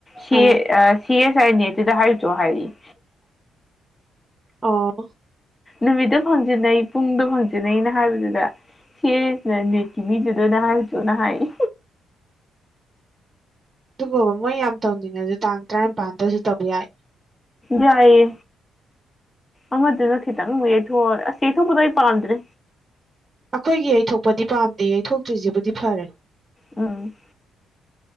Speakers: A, on the left (about 20°); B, on the right (about 30°).
A: ꯁꯤ
B: ꯑꯥ
A: ꯑꯦ ꯁꯤ ꯑꯦꯁ ꯑꯥꯏ ꯅꯦꯠꯇꯨꯗ ꯍꯥꯏꯔꯁꯨ ꯍꯥꯏꯔꯛ
B: ꯑꯣ
A: ꯅꯨꯃꯤꯠꯇ ꯐꯥꯡꯖꯤꯟꯅꯩ ꯄꯨꯡꯗ ꯐꯪꯖꯟꯅꯩꯅ ꯍꯥꯏꯕꯗꯨꯗ ꯁꯤꯁꯅ ꯅꯤꯠꯀꯤ ꯃꯤꯗꯨꯗ ꯑꯣꯏꯅ ꯍꯥꯏꯔꯨꯆꯣꯅ ꯍꯥꯏꯌꯦ
B: ꯑꯗꯨꯕꯣꯕ ꯃꯣꯏ ꯌꯥꯝ ꯇꯧꯅꯤꯡꯉꯁꯨ ꯇꯥꯡ ꯇꯔꯥꯅꯤꯄꯥꯥꯟꯗꯁꯨ ꯇꯧꯕ ꯌꯥꯏ
A: ꯌꯥꯏꯌꯦ ꯑꯃꯗꯨꯅ ꯈꯤꯇꯪ ꯌꯩꯊꯣꯛꯑ ꯑꯁ ꯌꯩꯊꯣꯛꯄꯗꯨ ꯑꯩ ꯄꯥꯝꯗ꯭ꯔꯦ
B: ꯑꯩꯈꯣꯏꯒꯤ ꯌꯩꯊꯣꯛꯄꯗꯤ ꯄꯥꯝꯗꯦ ꯌꯩꯊꯣꯛꯇ꯭ꯔꯤꯁꯤꯕꯨꯗꯤ ꯐꯔꯦ
A: ꯎꯝ